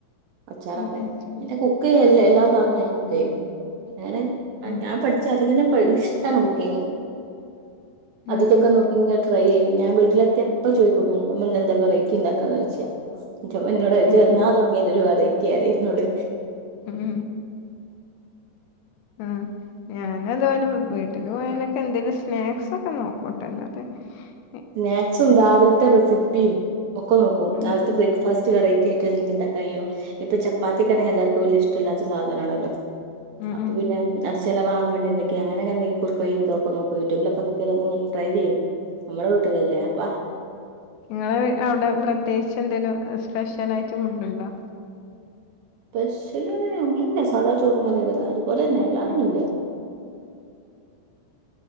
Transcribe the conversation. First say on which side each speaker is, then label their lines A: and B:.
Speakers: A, on the right; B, on the left.
A: അച്ചാറൊക്കെ
B: ഉം ഉം
A: പിന്നെ കുക്ക്
B: ഉം
A: എല്ലാ സാധനവും ഞാൻ കുക്ക് ചെയ്യും അങ്ങനെ
B: ഉം
A: ഞാൻപഠിച്ചഅതു പിന്നെ ഇഷ്ടമാണ് കുക്കിങ് അതും
B: ഉം
A: ഇതുമൊക്കെ
B: ഉം
A: നോക്കി ട്രൈ ചെയ്യും ഞാൻ വീട്ടിലെത്തിയപ്പോ
B: ഉം
A: ചോദിക്കും വേണ്ട വെറൈറ്റി ഉണ്ടാക്കാന്ന് ചോദിച്ചാ എന്നോട്
B: ഉം
A: എന്നാ
B: ഉം
A: തുടങ്ങിയന്റെ ഒരു വറൈറ്റി പറയും എന്നോട്
B: ഉം ഉം ഞാന അതുപോലെ വീട്ടില് പോയാനൊക്കെ എന്തെലും സ്നാക്സ്ക്കെ നോക്കുട്ടൊ അല്ലാതെ ഉ
A: സ്നാക്സും രാവിലത്തെ റെസിപ്പിയും ഒക്കെ നോക്കും
B: ഉം
A: രാവിലത്തെ ബ്രേക്ക്ഫാസ്റ്റ് വെറൈറ്റി ആയിട്ട എന്തെങ്കിലും ഇണ്ടാക്കാൻ കഴിയോ ഇപ്പ ചപ്പാത്തിക്ക്ണെങ്ക എല്ലർക്കും വലിയ ഇഷ്ടല്ലാത്ത സാധനമാണല്ലോ
B: ഉം
A: അപ്പൊ
B: ഉം
A: പിന്നെ അത് ചെലവാകാൻ വേണ്ടി എ അങ്ങനെന്തോ ഇണ്ടോന്ന് നോക്കും യൂടൂബിലൊക്കെ നോക്കി അത്ങ്ങനെട്രൈ ചെയ്യും നമ്മള വീട്ടിലല്ലേ അപ്പാ
B: നിങ്ങള് അവിടെ പ്രത്യേകിച്ച് എന്തേലും സ്പെഷ്യൽ ആയിട്ട് ഫുഡ്ണ്ടോ
A: സ്പെഷൽ ഇല്ല
B: ഉം
A: സാദാ ചോറുംങ്ങനെതന്നെഅതുപോലെ തന്നെ അല്ലതൊന്നുംല്ല
B: ആഹ്